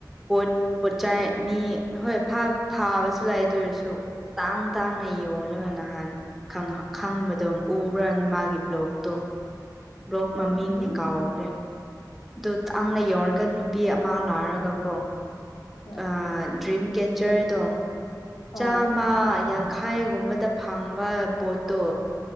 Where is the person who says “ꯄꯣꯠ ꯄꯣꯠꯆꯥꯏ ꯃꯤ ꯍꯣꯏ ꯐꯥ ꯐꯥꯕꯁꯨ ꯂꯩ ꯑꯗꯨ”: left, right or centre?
Centre